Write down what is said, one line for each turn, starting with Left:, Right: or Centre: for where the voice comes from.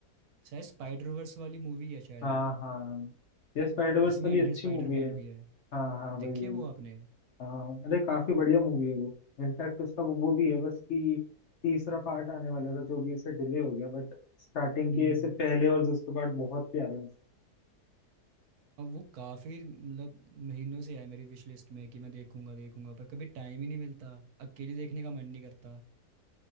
Right: शायद स्पाइडर वर्स वाली मूवी है शायद
Left: हाँ हाँ ये स्पाइडर वर्स
Right: जिसमें
Left: वाली
Right: एंटी
Left: अच्छी
Right: स्पाइडरमैन
Left: मूवी है
Right: भी है
Left: हाँ हाँ वही
Right: देखी
Left: वही
Right: है वो आपने
Left: हाँ अरे काफी बढ़िया मूवी है वो इनफैक्ट उसका वो वो भी है बस कि तीसरा पार्ट आने वाला था जो भी इसे डिले हो गया बट स्टार्टिंग के
Right: हम्म
Left: इससे पहले और दूसरे पार्ट बहुत प्यारे हैं
Right: और वो काफ़ी मतलब महीनों से है मेरी विश लिस्ट में कि मैं देखूंगा देखूंगा पर कभी टाइम ही नहीं मिलता अकेले देखने का मन नहीं करता